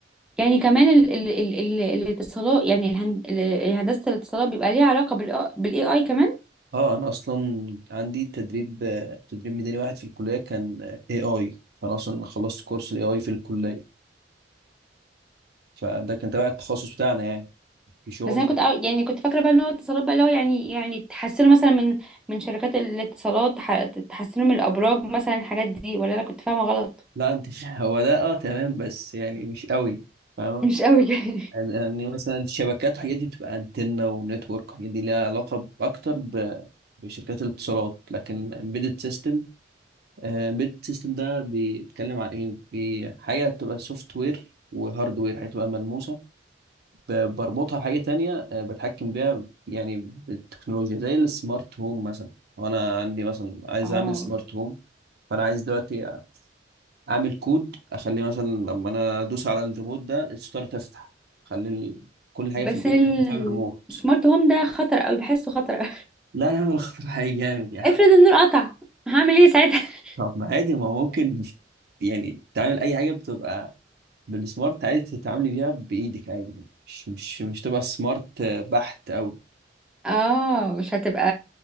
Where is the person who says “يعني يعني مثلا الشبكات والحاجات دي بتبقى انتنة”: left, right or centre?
Right